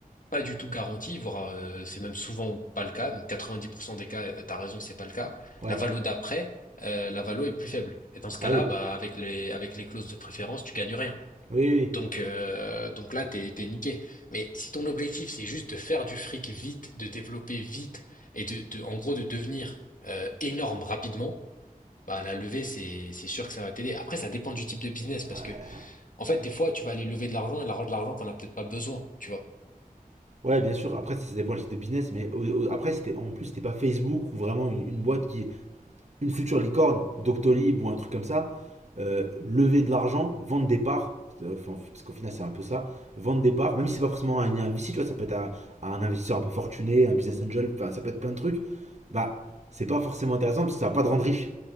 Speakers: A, on the left; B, on the right.
A: pas du tout garanti, voire euh, c'est même souvent pas le cas. Donc 90% des cas, euh, t'as raison, c'est pas le cas.
B: Ouais.
A: La valo d'après, euh, la valo est plus faible. Et dans ce cas-là,
B: Ah oui.
A: bah avec les avec les clauses de préférence, tu gagnes rien.
B: Oui, oui.
A: Donc euh, donc là, t'es t'es niqué. Mais si ton objectif c'est juste de faire du fric vite, de développer vite et de, de en gros de devenir euh, énorme rapidement. Bah, la levée, c'est c'est sûr que ça va t'aider. Après, ça dépend du type de business parce
B: Ouais,
A: que, en fait, des fois, tu vas aller lever de l'argent et de l'argent, t'en as peut-être pas besoin, tu vois.
B: Ouais, bien sûr. Après, ça, ça dépend du type de business. Mais au- au- après, c'était en plus, c'était pas Facebook ou vraiment une, une boîte qui, une future licorne, Doctolib ou un truc comme ça, euh, lever de l'argent, vendre des parts, euh, enfin, parce qu'au final c'est un peu ça, vendre des parts, même si c'est pas forcément un, un VC, tu vois, ça peut être à, à un investisseur un peu fortuné, un business angel, enfin, ça peut être plein de trucs, bah c'est pas forcément intéressant parce que ça va pas te rendre riche.